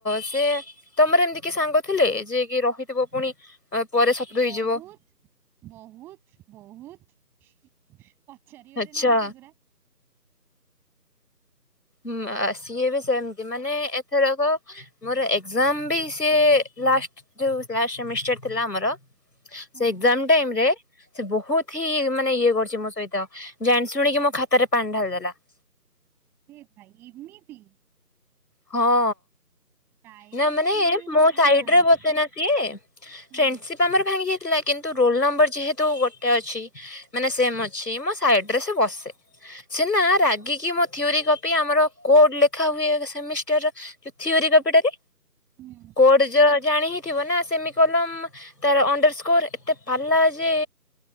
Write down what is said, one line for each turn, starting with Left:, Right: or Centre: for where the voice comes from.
Left: ସେ ତମର ଏମିତି କି ସାଙ୍ଗ ଥିଲେ ଯେ କି ରହିଥିବ ପୁଣି? ପରେ ଶତ୍ରୁ
Centre: ବହୁତ
Left: ହେଇଯିବ
Centre: ବହୁତ ବହୁତ। ପଚାରିବାରେ
Left: ଆଚ୍ଛା
Centre: ନାହିଁ ସେଗୁରା।
Left: ହୁଁ ଆ ସିଏ ବି ସେମତି ମାନେ ଏଥରକ ମୋର ଏକଜାମ ବି ସିଏ ଲାଷ୍ଟ ଯୋଉ ଲାଷ୍ଟ ସେମିଷ୍ଟାର ଥିଲା ଆମର ସେ
Centre: ହୁଁ।
Left: ଏକଜାମ ଟାଇମ୍ ରେ ସେ ବହୁତ ହିଁ ମାନେ ଇଏ କରୁଛି ମୋ ସହିତ ଜାଣି ଶୁଣିକି ମୋ ଖାତାରେ ପାଣି ଢ଼ାଳି ଦେଲା। <inaudible>
Centre: ହେ ଭାଇ ଏମିତି।
Left: ହଁ।
Centre: ଡାଇରେକ୍ଟ
Left: ନା ମାନେ
Centre: ଏନିମି
Left: ମୋ
Centre: ମୋର
Left: ସାଇଡରେ
Centre: କେହି ନାହାନ୍ତି।
Left: ବସେନା ସିଏ
Centre: ହୁଁ
Left: ଫ୍ରେଣ୍ଡସିପ ଆମର ଭାଙ୍ଗି ଥିଲା କିନ୍ତୁ ରୋଲ ନମ୍ବର ଯେହେତୁ ଗୋଟେ ଅଛି ମାନେ ସେମ ଅଛି ମୋ ସାଇଡରେ ସେ ବସେ। ସିଏନା ରାଗିକି ମୋ ଥିଓରି କପି ଆମର କୋଡ ଲେଖା ହୁଏ ସେମିଷ୍ଟର। କପିଟାରେ
Centre: ହୁଁ
Left: କୋ ଯ ଜାଣି ହିଁ ଥିବ ନା ସେମ କଲମ ତାର ଅଣ୍ଡର ସ୍କୋର ଏତେ ପାଲା ଯେ